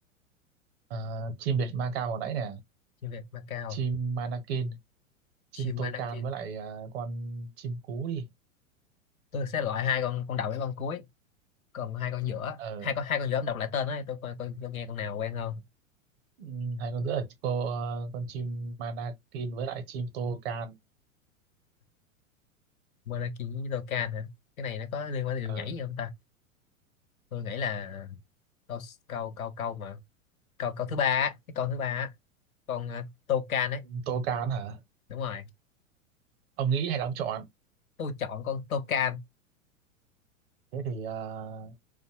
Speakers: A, on the right; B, on the left.
A: ờ, chim Việt Ma Cao hồi nãy nè
B: chim Việt Macao
A: chim manakin
B: chim
A: chim tô
B: Manakin
A: can với lại à, con chim cú đi
B: tôi sẽ loại hai con con đầu với con cuối còn hai con giữa
A: ờ
B: hai con hai con giữa ông đọc lại tên ấy tôi coi coi tôi nghe con nào quen không
A: ừm, hay con giữa là cô ờ, con chim manakin với lại chim tô can
B: Manakin với Dokkan hả cái này nó có liên quan đến
A: ờ
B: điệu nhảy gì không ta tôi nghĩ là câu câu câu câu mà câu câu thứ ba á, cái câu thứ ba á, con uh, Dokkan ấy
A: chim tô can hả
B: đúng rồi
A: ông nghĩ hay là ông chọn
B: tôi chọn con Dokkan
A: thế thì uh,